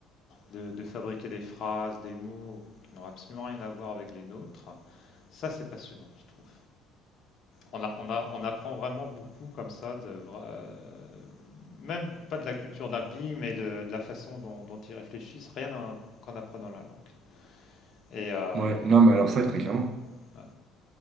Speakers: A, on the left; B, on the right.
A: de, de fabriquer des phrases, des mots qui n'ont absolument rien à voir avec les nôtres, ça c'est passionnant, je trouve on, a, on, a, on apprend vraiment beaucoup comme ça, de, vra- euh, même pas de la culture d'un pays, mais de, de la façon dont, dont ils réfléchissent, rien qu'en apprenant la langue. Et euh,
B: Ouais, non, mais alors ça,
A: ouais,
B: très clairement.
A: ouais.